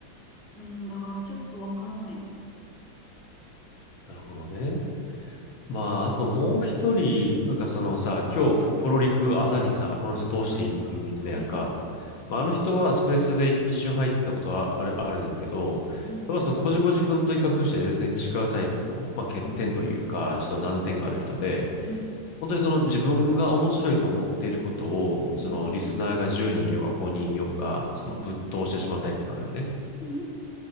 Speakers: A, in the centre; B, on the left.
A: うん、だからちょっとわからない。
B: なるほどね。まあ、あともう一人、なんかそのさ、今日フォフォロリク朝にさ、この人通していいっていう風に言ってたやんか。
A: あの人が。はいはい。
B: まあ、あの人はスペースで一瞬入ったことはある、あるねんけど、
A: うん、
B: やっぱそのこじこじくんと比較して全然違うタイプの、まあ、欠点というか、
A: うん、
B: ちょっと難点がある人で、
A: うん、
B: 本当にその自分が面白いと思っていることを、
A: うん、
B: そのリスナーが10人いようが5人いようが、そのぶっ通してしまうタイプなのよね。
A: うん。<laughs>